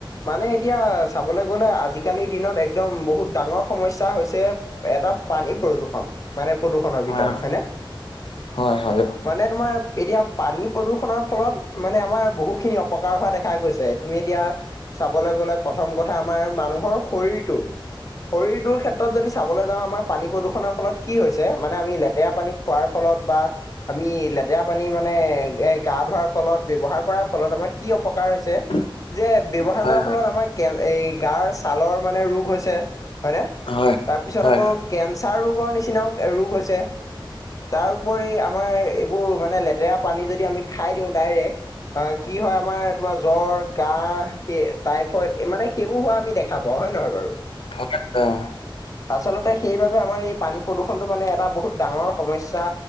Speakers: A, on the left; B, on the left.
A: মানে এতিয়া চাবলৈ গলে আজিকালিৰ দিনত একদম বহুত ডাঙৰ সমস্যা হৈছে। এটা পানী প্ৰদূষণ। মানে প্ৰদূষণৰ
B: হয়
A: ভিতৰত হয়নে
B: হয় হয়
A: মানে তোমাৰ এতিয়া পানী প্ৰদূষণৰ ফলত মানে আমাৰ বহুখিনি অপকাৰ হোৱা দেখা গৈছে। তুমি এতিয়া চাবলৈ গ'লে প্ৰথম কথা আমাৰ মানুহৰ শৰীৰটো। শৰীৰটোৰ ক্ষেত্ৰত যদি চাবলৈ যাওঁ আমাৰ পানী প্ৰদূষণৰ ফলত কি হৈছে মানে আমি লেতেৰা পানীত খোৱাৰ ফলত বা আমি লেতেৰা পানী মানে এ! গা ধোৱাৰ ফলত ব্যৱহাৰ কৰাৰ ফলত আমাৰ কি অপকাৰ হৈছে।
B: <unintelligible>
A: যে ব্যৱহাৰ
B: হয়
A: কৰাৰ
B: হয়
A: ফলত আমাৰ কে এই গাৰ ছালৰ মানে ৰোগ হৈছে হয়নে?
B: হয়
A: তাৰ পিছত
B: হয়
A: আকৌ কেঞ্চাৰ ৰোগৰ নিচিনাও ৰোগ হৈছে, তাৰোপৰি আমাৰ এইবোৰ মানে লেতেৰা পানী যদি আমি খাই দিওঁ ডাইৰেক্ট অ' কি হয়? আমাৰ তোমাৰ জ্বৰ। কাহ সেই টাইফইড মানে সেইবোৰ হোৱা আমি দেখা পাওঁ হয় নহয় বাৰু।
B: হয় অ'।
A: <unintelligible> আচলতে সেইবাবে আমাৰ এই পানী প্ৰদূষণটো মানে এটা বহুত ডাঙৰ সমস্যা